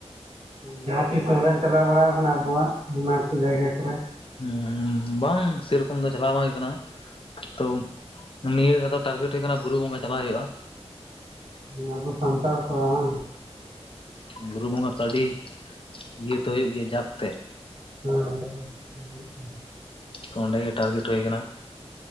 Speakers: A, on the right; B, on the left.
A: ᱡᱟᱦᱟᱸ ᱛᱤᱥ ᱵᱟᱵᱮᱱ ᱪᱟᱞᱟᱣ ᱵᱟᱲᱟ ᱟᱠᱟᱱᱟ ᱟᱵᱚᱣᱟᱜ ᱚᱱᱟ ᱠᱚ ᱡᱟᱭᱜᱟ ᱠᱚᱨᱮ
B: ᱦᱩᱸ ᱵᱟᱝ ᱥᱮᱨᱚᱠᱚᱢ ᱫᱚ ᱪᱟᱞᱟᱣ ᱵᱟᱝ ᱦᱩᱭ ᱟᱠᱟᱱᱟ ᱛᱚ ᱱᱤᱭᱟᱹ ᱫᱷᱟᱣ ᱫᱚ ᱴᱟᱨᱜᱮᱴ ᱦᱩᱭ ᱠᱟᱱᱟ ᱵᱩᱨᱩ ᱵᱚᱸᱜᱟ ᱪᱟᱞᱟᱜ ᱦᱩᱭᱩᱜᱼᱟ᱾
A: ᱦᱮ ᱟᱵᱚ ᱥᱟᱱᱛᱟᱲ ᱠᱚ ᱵᱟᱝ
B: ᱦᱮᱸ ᱵᱩᱨᱩ ᱵᱚᱸᱜᱟ ᱛᱚ ᱟᱹᱰᱤ ᱤᱭᱟᱹᱛᱮ ᱦᱩᱭᱩᱜ ᱜᱮᱭᱟ ᱡᱟᱠ ᱛᱮ
A: ᱦ
B: ᱛᱚ ᱚᱸᱰᱮ ᱜᱮ ᱴᱟᱨᱜᱮᱴ ᱦᱩᱭ ᱟᱠᱟᱱᱟ